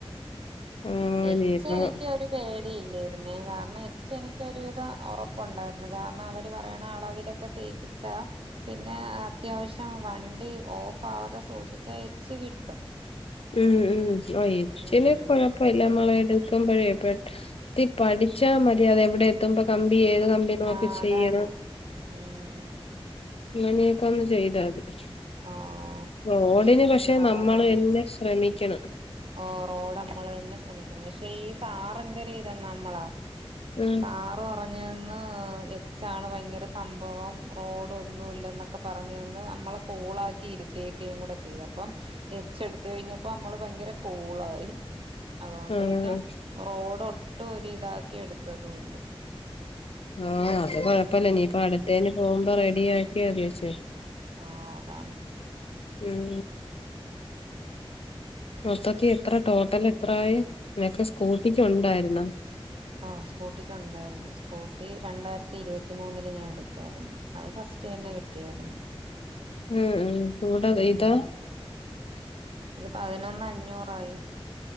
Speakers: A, on the left (about 70°); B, on the right (about 65°).
A: ആഹ്
B: എച്ച്
A: ഇനിയിപ്പം
B: എനിക്ക് ഒരു. പേടിയില്ലായിരുന്നേ, കാരണം എച്ച് എനിക്ക് ഒരുവിധം ഉറപ്പുണ്ടായിരുന്നു, കാരണം അവർ പറയണ അളവില്. ഒക്കെ തേപ്പിച്ചാൽ. പിന്നെ അത്യാവശ്യം വണ്ടി ഓഫ് ആവാതെ സൂക്ഷിച്ചാൽ എച്ച് കിട്ടും.
A: ഉം ഉം ഓ എച്ചിന്
B: ഉം
A: കൊഴ പ്പമില്ല നമ്മള് എടുക്കുമ്പോഴേ പെ ഇത് പഠിച്ചാൽ മതി അത് എവിടെ. എത്തുമ്പോ കമ്പി ഏത് കമ്പി നോക്കി
B: ആഹ്
A: ചെയ്യണം.
B: അതാണ് ഉം
A: അങ്ങനെയൊക്കെ ഒന്ന് ചെയ്താൽ മതി.
B: ഓഹ്
A: റോഡിന് പക്ഷെ
B: ഈ റോഡാണ്
A: നമ്മള് തന്നെ ശ്രമിക്കണം.
B: ഓ റോഡ് നമ്മള് തന്നെ ശ്രമിക്കണം, പക്ഷെ ഈ സാറ് എന്തര് ചെയ്തെന്നോ നമ്മളാ.
A: ഉം
B: സാർ സാർ പറഞ്ഞു എന്ന് എച്ച് ആണ് ഭയങ്കര സംഭവം റോഡ് ഒന്നുല്ലാന്ന് എന്നൊക്കെ പറഞ്ഞു എന്ന് നമ്മള്. കൂൾ ആക്കി ഇരുത്തിയേക്കും കൂടെ ചെയ്തപ്പോൾ അപ്പം എച്ച് എടുത്ത് കഴിഞ്ഞപ്പോ നമ്മള് ഭയങ്കര. കൂളായി അതുകൊണ്ട്
A: ആഹ്
B: പിന്നെ. റോഡ് ഒട്ടും ഒരു ഇതാക്കി എടുത്തതും ഇല്ല.
A: ആഹ് അത് കൊഴപ്പില്ല
B: ഉം
A: ഇനി അടുത്തേന് പോകുമ്പോ റെഡിയാക്കി മതി എച്ച്.
B: ആഹ് അതാണ്.
A: ഉം മൊത്തത്തിൽ എത്ര ടോട്ടൽ എത്രായി ഇതൊക്കെ സ്കൂട്ടിക്ക് ഉണ്ടായിരുന്നു.
B: ഓ സ്കൂട്ടിക്ക് ഉണ്ടായിരുന്നു, സ്കൂട്ടി രണ്ടായിരത്തി ഇരുപത്തി മൂന്നില് ഞാൻ എടുത്തായിരുന്നു. അത് ഫസ്റ്റ് തന്നെ കിട്ടിയായിരുന്നു.
A: ഉം ഉം ഇപ്പോ ഇവിടെ
B: ഉം
A: ഇതാ.
B: ഇത് പതിനൊന്ന് അഞ്ഞൂറായി.